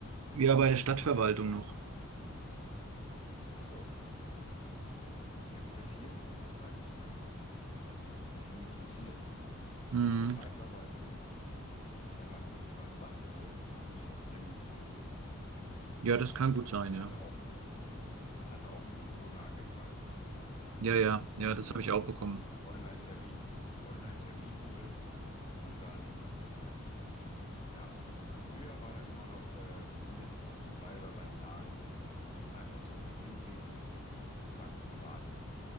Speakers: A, on the right; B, on the left.
A: Ja, bei der Stadtverwaltung noch.
B: Ach so. Ja, wie das hier im Ort ist, weiß ich gar nicht. Hat mich nie interessiert.
A: Mhm.
B: Ich weiß aber, die, wenn man irgendwie was machen will, muss man sich jetzt einen Termin holen.
A: Ja, das kann gut sein,
B: Das
A: ja.
B: hatte auch mit, das hatte auch mit Corona angefangen.
A: Ja, ja,
B: Also
A: ja,
B: nur noch
A: das
B: der,
A: habe
B: ne,
A: ich auch bekommen.
B: Online-Termin, Online-Termin holen und dann eben, ja. Und früher war da immer noch äh, zumindest an zwei oder drei Tagen einfach so hingehen und zack, warten.